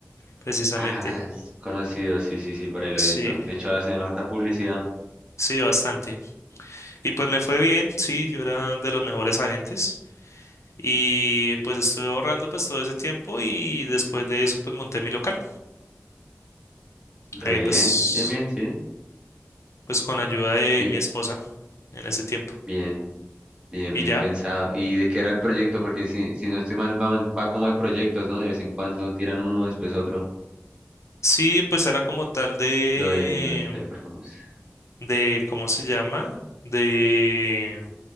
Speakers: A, on the left; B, on the right.
A: precisamente.
B: Ah, es conocido, sí, sí, sí, por ahí lo
A: Sí,
B: he visto. De hecho, hacen harta publicidad.
A: sí, bastante. Y pues me fue bien, sí, yo era de los mejores agentes. Y pues estuve ahorrando pues todo ese tiempo y después de eso pues monté mi local.
B: Re
A: Ahí
B: bien,
A: pues,
B: bien, bien, sí.
A: pues con ayuda de
B: Bien,
A: mi esposa en ese tiempo.
B: bien, bien,
A: Y
B: bien
A: ya,
B: pensado. ¿Y de qué era el proyecto? Porque si, si no estoy mal, va, va como de proyectos, ¿no? De vez en cuando tiran uno, después otro.
A: sí, pues era como tal de,
B: Lo de, lo de teleperformance.
A: de, ¿cómo se llama? De,